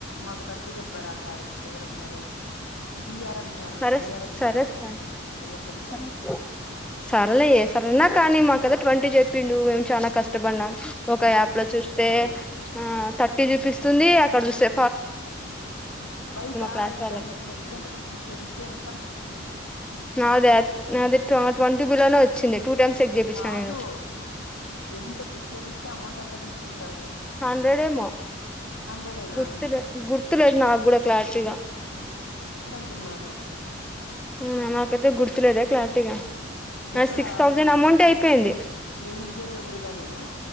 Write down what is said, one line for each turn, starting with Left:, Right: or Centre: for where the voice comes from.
Left: మాకు థర్టీ చెప్పారా సారు, ఎవరా సారు డిఆర్ఎం సారు
Centre: సరే
Left: డిఆర్ఎం
Centre: సర
Left: కాదు
Centre: సరే
Left: ఐఎఫ్ఎం సారు
Centre: సరే సర్లే ఏ సారన్న కానీ మా కదే ట్వంటీ జెప్పిన్డూ మేము చానా కష్టబడినాం ఒక
Left: మాకు
Centre: యాప్ ల
Left: థర్టీ
Centre: చూస్తే
Left: చెప్పారు
Centre: ఆ థర్టీ జూపిస్తుంది అక్కడ జూస్తే
Left: బయటా
Centre: క్లాస్
Left: ఇంటర్న
Centre: వాళ్ళకి
Left: నెట్ సెంటర్లో చిక్ చేపిస్తే ఎంత
Centre: నాదా నాది ట్వ ట్వంటి బిలో నే ఒచ్చింది టూ టైమ్స్ చెక్ జేపిచ్చిన
Left: కాదు
Centre: నేను
Left: ఎంత చెక్ చేపిస్తే అమౌంట్ ఎంత తీసుకుంటారు
Centre: హండ్రెడేమో
Left: హండ్రెడేనా
Centre: గుర్తులే గుర్తులేదు నాగ్గుడా క్లారిటీగా
Left: తున్నరో
Centre: అవునా నాకైతే గుర్తులేదే క్లారిటీగా నాది
Left: ఎక్కడ
Centre: సిక్స్ థౌజండ్ అమౌంట్ అయిపోయింది
Left: మెయిన్ గేట్ ఎదురుగానేనా